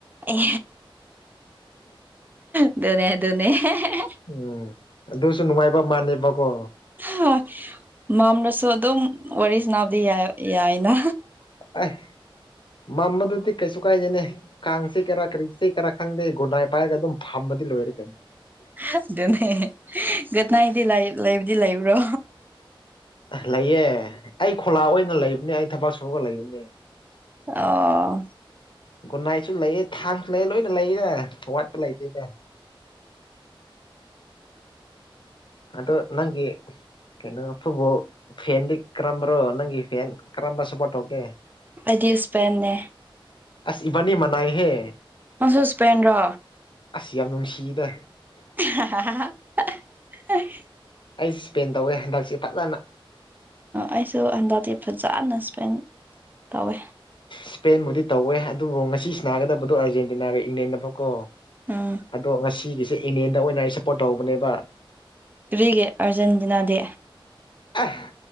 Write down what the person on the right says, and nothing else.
ꯣꯅꯦ ꯣꯅꯦ
ꯍ ꯃꯥꯝꯅꯁꯨ ꯑꯗꯨꯝ ꯋꯥꯔꯤꯁꯤꯅꯥꯕꯨꯗꯤ ꯌꯥꯏꯅ
ꯑꯗꯨꯅꯦ ꯒꯨꯗ ꯅꯥꯏꯠꯗꯤ ꯂꯩꯕꯨꯗꯤ ꯂꯩꯕ꯭ꯔꯣ
ꯑꯥ
ꯑꯩꯗꯤ ꯏꯁꯄꯦꯟꯅꯦ
ꯃꯁ ꯄꯦꯟ꯭ꯔꯥ
<unintelligible>
ꯑꯩꯁꯨ ꯍꯟꯗꯛꯇꯤ ꯐꯖꯅ ꯏꯁꯄꯦꯟ ꯇꯧꯋꯦ
ꯎꯝ
ꯀꯔꯤꯒꯤ ꯑꯥꯔꯖꯦꯟꯇꯤꯅꯥꯗꯤ